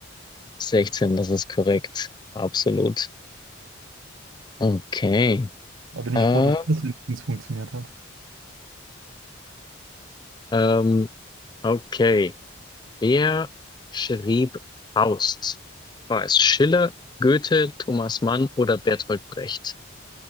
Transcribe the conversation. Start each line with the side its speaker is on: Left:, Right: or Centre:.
Left: 16, das ist korrekt. Absolut. Okay.
Right: Da bin
Left: Ähm,
Right: ich froh, dass das wenigstens funktioniert hat.
Left: ähm, okay. Wer schrieb Faust? War es Schiller, Goethe, Thomas Mann oder Bertolt Brecht?